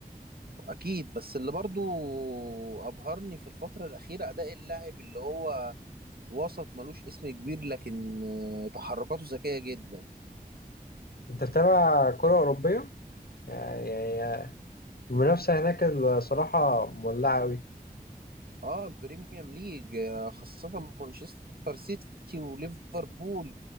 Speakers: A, on the right (about 75°); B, on the left (about 75°).
A: اكيد بس اللي برضه ابهرني في الفترة الأخيرة اداء اللاعب اللي هو وسط ملوش اسم كبير لكن آه، تحركاته ذكية جدا
B: أنت بتتابع كرة أوروبية يعني يعني المنافسة هناك الصراحة مولعة قوي
A: اه البريميوم ليج آه، خاصة مانشستر سيتي وليفربول